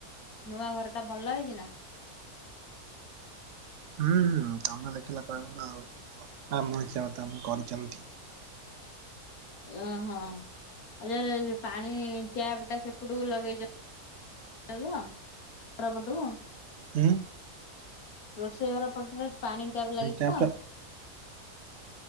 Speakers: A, on the left; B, on the right.
A: ନୂଆ ଘର ଟା ଭଲ ହେଇଛି ନା?
B: ହୁଁ ତମେ ଦେଖିଲେ କହିବ ନା ଆଉ। ଆମ ହିସାବରେ ତ ଆମେ କରିଛନ୍ତି।
A: ଓ ହଁ <unintelligible> ପାଣି ଟ୍ୟାପ ଟା ସେପୁଟୁକୁ ଲଗେଇ ଦିଅ। <unintelligible> ରୁହ।
B: ହୁଁ
A: ରୋଷେଇ ଘର ପଟରେ ପାଣି ଟ୍ୟାପ୍ ଲାଗିଛି
B: ଟ୍ୟାପ
A: ତ?
B: ଟା